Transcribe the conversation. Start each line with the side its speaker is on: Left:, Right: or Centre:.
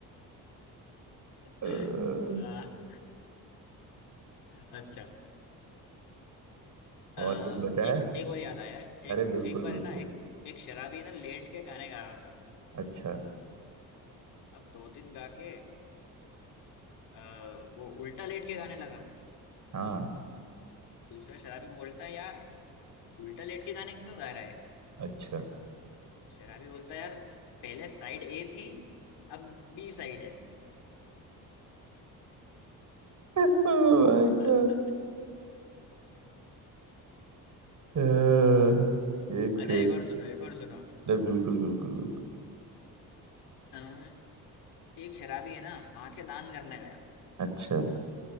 Right: अह,
Left: हाँ, अच्छा अ,
Right: और कुछ बचा
Left: एक
Right: है
Left: एक और याद आया
Right: अरे
Left: एक
Right: बिल्कुल
Left: एक बार
Right: बिल्कुल
Left: है ना एक एक शराबी है ना लेट के गाने गा रहा था
Right: अच्छा
Left: अब दो तीन गा के आ, वो उल्टा लेट के गाने लगा
Right: हाँ
Left: दूसरा शराबी बोलता है यार उल्टा लेट के गाने क्यों गा रहा
Right: अच्छा
Left: शराबी बोलता है यार पहले साइड ए थी अब बी साइड है
Right: अह, भाई
Left: <laughs>
Right: साहब अह, एक से
Left: अच्छा
Right: एक।
Left: एक और सुनो एक और सुनो
Right: अरे बिल्कुल बिल्कुल बिल्कुल
Left: अम्म, एक शराबी है ना आंखें दान करने गया
Right: अच्छा